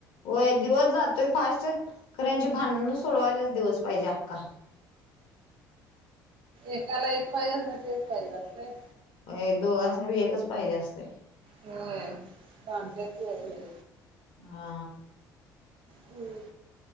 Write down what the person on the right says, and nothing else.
सांगणार
एकाला एक पाहिजे असतय तेच पायजेल असतं.
होय भांडत्यात दोघं लय.
हम्म